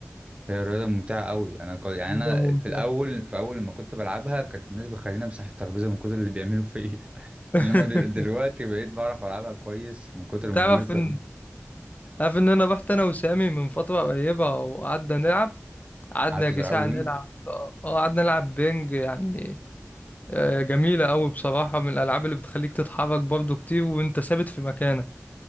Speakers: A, on the right (about 25°); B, on the left (about 35°).
A: هي رياضه ممتعه قوي انا كو- يعني
B: مجهدة
A: انا
B: ممتعة
A: في الاول في اول لما كنت بلعبها كانت الناس بتخليني امسح الترابيزه من كتر اللي بيعملوا فيا <laughs>
B: <laughs>
A: انما دل- دلوقتي بقيت بعرف العبها كويس من كتر الممارسه
B: تعرف ان
A: دي
B: عارف ان انا رحت انا وسامي من فتره قريبه وقعدنا نلعب قعدنا
A: قعدت
B: يا جساعة
A: العبها بينج
B: نلعب اه قعدنا نلعب بينج يعني آه، جميله قوي بصراحه من الالعاب اللي بتخليك تتحرك برضو كتير وانت ثابت في مكانك